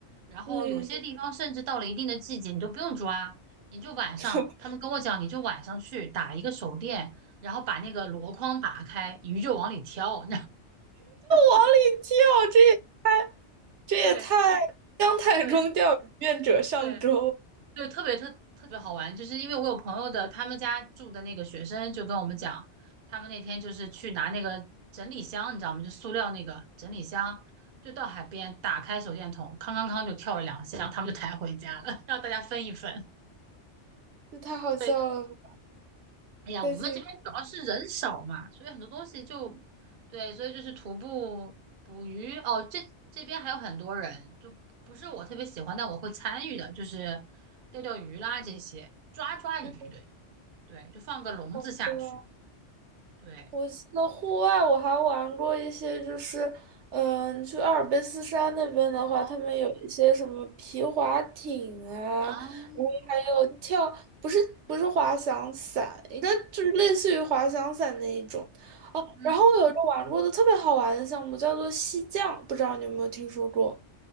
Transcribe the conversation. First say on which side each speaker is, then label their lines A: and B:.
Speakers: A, on the right; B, on the right.
A: 然后有些地方甚至到了一定的季节，
B: 嗯，<laughs>
A: 你都不用抓，你就晚上，
B: 就
A: 他们跟我讲，你就晚上去打一个手电，然后把那个箩筐打开，鱼就往里跳。
B: 往里跳，这也太，这也太姜太中钓鱼愿者上钩，
A: <laughs> 对对对，对，特别特特别好玩，就是因为我有朋友的，他们家住的那个学生就跟我们讲，他们那天就是去拿那个整理箱，你知道吗？就塑料那个整理箱，就到海边打开手电筒，康康康就跳了两下，他们就抬回家了，<laughs> 让大家分一分。
B: 这太好笑了
A: 对，就哎呀，
B: 太幸福，
A: 我们这边主要是人少嘛，所以很多东西就对，所以就是徒步、捕鱼哦，这这边还有很多人，就不是我特别喜欢，但我会参与的，就是钓钓鱼啦这些，抓抓鱼，
B: 太
A: 对。对，就放个笼子下去。
B: 好笑了。
A: 对，
B: 我记得户外我还玩过一些，就是嗯，去阿尔卑斯山那边的话，
A: 哦
B: 他们有一些什么皮划艇啊，
A: 啊，
B: 然后还有跳，
A: 嗯
B: 不是不是滑翔伞，应该就是类似于滑翔伞那一种。哦，
A: 嗯，
B: 然后我有一个玩过的特别好玩的项目，叫做溪降，不知道你有没有听说过？